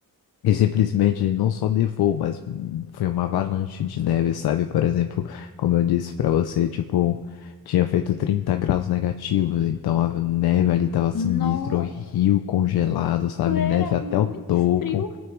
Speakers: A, on the left; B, on the left.
A: E simplesmente não só nevou, mas foi uma avalanche de neve, sabe? Por exemplo, como eu disse pra você, tipo, tinha feito 30 graus negativos, então a neve ali tava sinistra,
B: Nossa,
A: o rio congelado, sabe?
B: era
A: Neve até
B: muito
A: o topo,
B: frio.